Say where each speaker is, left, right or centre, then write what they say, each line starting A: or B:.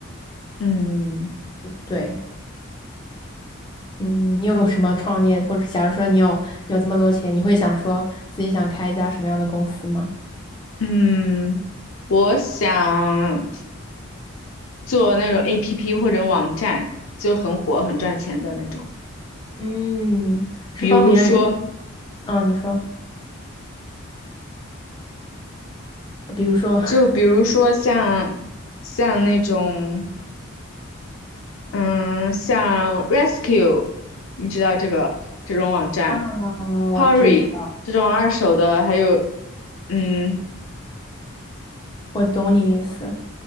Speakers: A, on the left (about 70°); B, on the left (about 20°).
A: 嗯
B: 对，嗯，你有什么创业，或者假如说你有你有这么多钱，你会想说自己想开一家什么样的公司吗？
A: 嗯，我想。做那种 APP 或者网站，就很火、很赚钱的那种。
B: 嗯，是帮别人运，
A: 比如说，
B: 啊？你说，比如说，
A: 就比如说像像那种，嗯，像 Rescue，你知道这个这种网站
B: <laughs> 啊，
A: ，Hurry
B: 我知道，
A: 这种二手的，还有，嗯，
B: 我懂你意思。